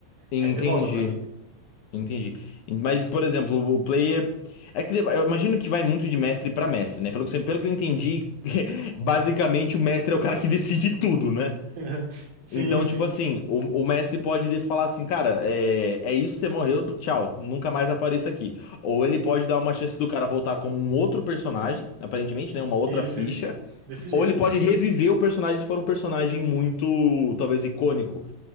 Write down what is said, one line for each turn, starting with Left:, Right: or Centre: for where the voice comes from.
Left: Entendi.
Right: Aí você volta pra
Left: Entendi. Mas, por exemplo, o player. É que eu imagino que vai muito de mestre pra mestre, né? Pelo que, eu- pelo que eu entendi, <laughs> basicamente o mestre é o cara que decide tudo, né?
Right: <laughs> Sim,
Left: Então,
Right: sim.
Left: tipo assim, o, o mestre pode de- falar assim, cara, é, é isso, você morreu, tchau, nunca mais apareça aqui. Ou ele pode dar uma chance do cara voltar como um outro personagem, aparentemente, né? Uma outra
Right: Isso,
Left: ficha.
Right: isso. Desse jeito.
Left: Ou ele pode reviver o personagem se for um personagem muito, talvez, icônico.